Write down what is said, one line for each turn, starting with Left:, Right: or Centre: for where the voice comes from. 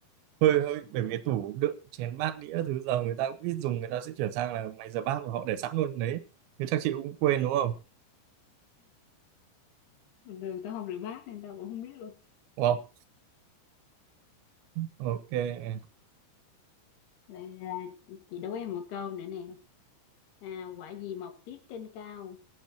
Right: hơi hơi bởi vì cái tủ đựng chén bát đĩa thứ giờ người ta cũng ít dùng người ta sẽ chuyển sang là máy rửa bát và họ để sẵn luôn đấy thế chắc chị cũng quên đúng không
Left: bình thường tao không rửa bát nên tao cũng không biết luôn
Right: Wow, ok
Left: vậy à, chị đố em một câu nữa nè à, quả gì mọc tiết trên cao